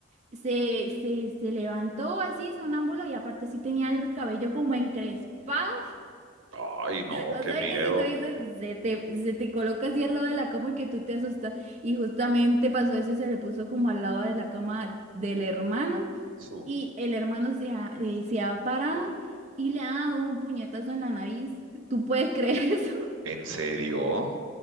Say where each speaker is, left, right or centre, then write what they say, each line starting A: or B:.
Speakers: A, on the right; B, on the right.
A: se, se, se levantó así sonámbulo y aparte sí tenía el cabello como encrespado
B: Ay, no,
A: o
B: qué
A: sea
B: miedo.
A: que si tú dices, se te, se te coloca así al lado de la cama y que tú te asustas. Y justamente pasó eso y se le puso como al lado de la cama del hermano.
B: Su-
A: Y el hermano se ha, eh, se ha parado y le ha dado un puñetazo en la nariz. ¿Tú puedes creer eso?
B: ¿En serio?